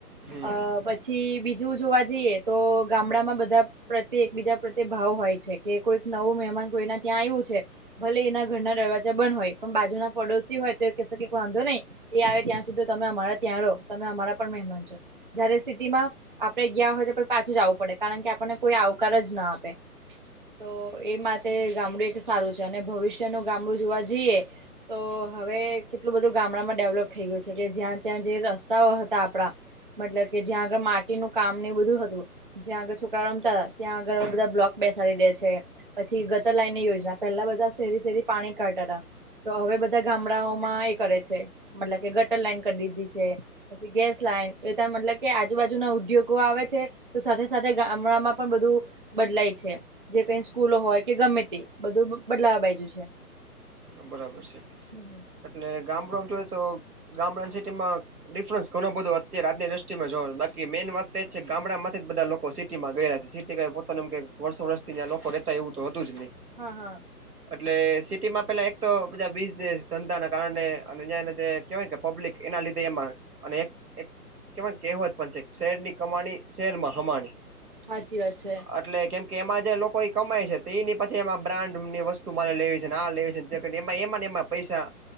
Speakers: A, on the right; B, on the right.
A: હમ
B: અ પછી બ જેવું જોવા જઈએ, તો ગામડા માં બધા પ્રત્યે એકબીજા પ્રત્યે ભાવ હોય છે કે કોઈક નવું મહેમાન કોઈને ત્યાં આવ્યું છે ભલે એના ઘરના દરવાજા બંધ હોય, પણ બાજુ ના પડોશી હોય તો એ કેસે ક વાંધો નહીં એ આવે ત્યાં સુધી તમે અમારા ત્યાં રહો, તમે અમારા પણ મહેમાન છો, જયારે સિટીમાં આપડ ગયા હોય તો પાછું જ આવવું પડે, કારણ કે આપણને કોઈ આવકાર જ ના આપે તો એ માટે ગામડું એક સારું છે અને ભવિષ્યનું ગામડું જોવા જઈએ તો હવે કેટલું બધું ગામડામાં ડેવલપ થઈ ગયું છે કે, જ્યાં ત્યાં જે રસ્તાઓ હતા આપડા મતલબ કે જ્યાં આગળ માટીનું કામ ને બધું હતું જ્યાં આગળ છોકરાઓ રમતા ત્યાં આગળ બધા બ્લોક બેસાડી દે છે પછી ગટર લાઈનની યોજના, પહેલા બધા શેરી શેરી પાણી કાઢતા હતા તો હવે બધા ગામડાઓમાં એ કરે છે, મતલબ કે ગટર લાઈન કરી દીધી છે પછી ગેસ લાઈન એ ત મતલબ કે આજુબાજુના ઉદ્યોગો આવે છે તો સાથે સાથે ગામડામાં પણ બધું બદલાય છે જે કઈ સ્કૂલો હોય કે ગમે તે બધું બદલાવા બાજુ છે
A: બરાબર છે,
B: હમ
A: એટલે ગામડુંમાં જો તો ગામડાની સિટીમાં ડિફરન્સ ઘણું બધું અત્યારે આજની દ્રષ્ટિમાં જોવા બાકી મેન વાત એ જ છે કે ગામડામાંથી જ બધા લોકો સ સિટીમાં ગયેલા છે, સિટી ક પોતા વર્ષો વર્ષથીં લોકો રહેતા એવું તો હતું જ નઈ
B: હા હા.
A: એટલે સિટીમાં પેલા એક તો બધા બિઝનેસ ધંધા ના કારણે અને એ જે કેહવાય કે પબ્લિક એના લીધે એમાં અને એક કેવાય કહેવત પણ છે, શહેરની કમાણી શહેરમાં હમાણી
B: હાચી વાત છે.
A: એટલે કેમ કે એમાં જે લોકો કમાય છે, તે એની પછી એમાં બ્રાન્ડ ની વસ્તુ મને લેવી છે, આ લેવી છે એમાં એમાંને એમાં પૈસા